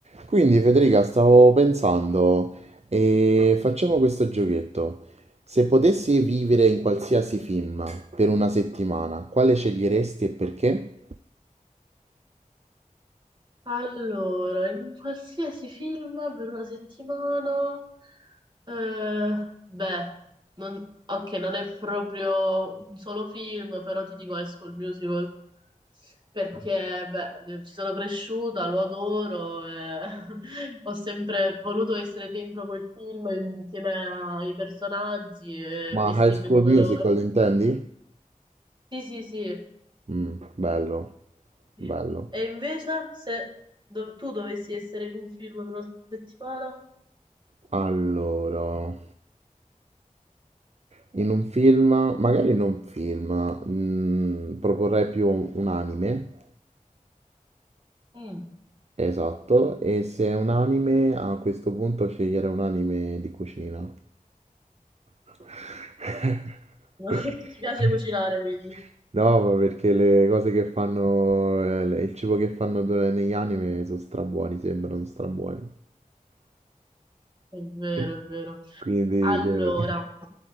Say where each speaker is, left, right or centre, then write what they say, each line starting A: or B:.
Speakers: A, on the right; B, on the right.
A: Quindi Federica, stavo pensando, e facciamo questo giochetto. Se potessi vivere in qualsiasi film per una settimana, quale sceglieresti e perché?
B: Allora, in un qualsiasi film per una settimana, eh, beh, non- ok, non è proprio un solo film, però ti dico High School Musical, perché beh, eh, ci sono cresciuta, lo adoro, e <laughs> ho sempre voluto essere dentro quel film insieme ai personaggi e
A: Ma
B: vestirmi
A: High School
B: come
A: Musical
B: loro.
A: intendi?
B: Sì, sì, sì.
A: Mm, bello,
B: Sì.
A: bello.
B: E invece, se dov- tu dovessi essere in un film per una settimana...
A: Allora, in un film, magari in un film, mm, proporrei più un anime.
B: Mm.
A: Esatto, e se è un anime, a questo punto scegliere un anime di cucina. <laughs>
B: No, <laughs> ti piace cucinare, quindi.
A: No, ma perché le cose che fanno, eh, le- il cibo che fanno do- negli anime sono strabuoni, sembrano strabuoni.
B: È vero,
A: <laughs>
B: è vero.
A: Quindi,
B: Allora,
A: eh,